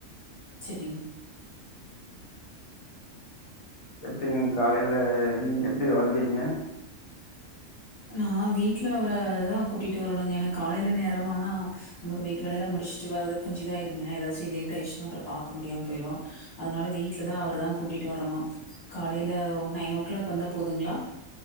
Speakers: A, on the left; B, on the left.
A: <unintelligible>
B: எப்படிங்க காலையில எப்டி வருவீங்க
A: நான் வீட்ல அவரதான் கூட்டிட்டு வரணுங்க என்னா காலையில நேரம்னா நமக்கு வீட்டு வேலைய எல்லாம் முடி ட்டு வர கொஞ்ச இதா ஆயிரூங்கா ஏதாச்சு லேட் ஆயிடுசினா அப்புற பார்க்க முடியாம போயிரும் அதனால வீட்ல தான் அவர தான் <unintelligible> கூட்டிகிட்டு வரணும் காலையில நைன் ஓ கிளாக் வந்தா போதுங்களா